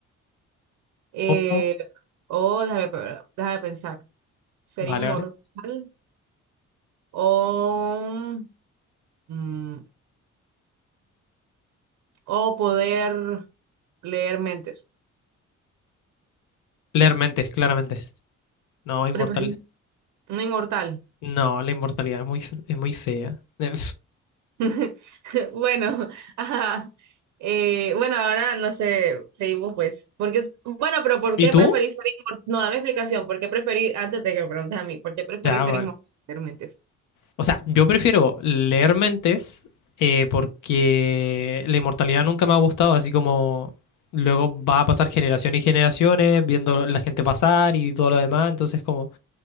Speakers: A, on the right; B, on the left.
A: eh,
B: Ojo,
A: o déjame, pe- déjame pensar, ser
B: Vale,
A: inmortal
B: vale.
A: o, mm, o poder leer mentes?
B: Leer mentes, claramente. No, inmortal.
A: ¿Preferís? No inmortal.
B: No, la inmortalidad es muy, fe- es muy fea. <laughs>
A: <laughs> Bueno, ajá. Eh, bueno, ahora no sé, seguimos pues. Porque, bueno, pero ¿por
B: ¿Y
A: qué
B: tú?
A: preferís ser inmortal? No, dame explicación. ¿Por qué preferís, antes de que me preguntes a mí, ¿por qué preferís
B: Ya, vale.
A: ser inmortal? Leer mentes?
B: O sea, yo prefiero leer mentes eh, porque la inmortalidad nunca me ha gustado, así como luego va a pasar generaciones y generaciones viendo la gente pasar y todo lo demás, entonces como